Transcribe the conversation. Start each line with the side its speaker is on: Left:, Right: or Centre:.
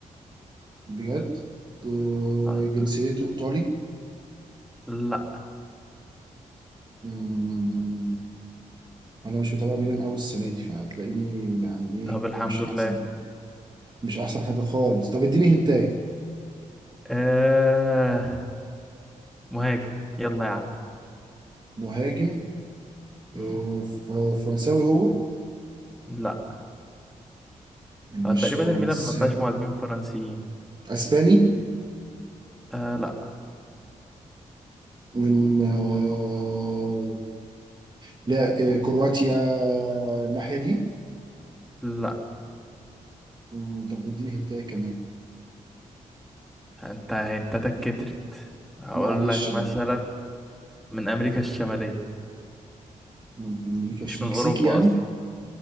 Right: بجد وجنسيته
Centre: اه
Right: ايطالي
Centre: لا
Right: أمم، انا مش متابع ميلان قوي السنه دي فهتلاقيني يعني ايه
Centre: طب الحمد
Right: مش
Centre: لله
Right: احسن حاجه مش احسن حاجه خالص طب اديني هنتاي
Centre: آه مهاجم يلا يا عم
Right: مهاجم
Centre: مم.
Right: آه، ف- فرنساوي هو
Centre: لا
Right: مش
Centre: آه تقريبا
Right: فرنساوي
Centre: الميلان ما فيهاش مهاجمين فرنسيين
Right: اسباني
Centre: آه لا
Right: من آه، لا آه، كرواتيا الناحيه دي
Centre: لا
Right: أمم، طب اديني هنتاي كمان
Centre: انت انت تكترت هقول
Right: معلش
Centre: لك
Right: بقى
Centre: مثلا من امريكا الشماليه
Right: من امريكا
Centre: مش
Right: مش مكسيكي
Centre: من اوروبا
Right: يعني
Centre: اصلا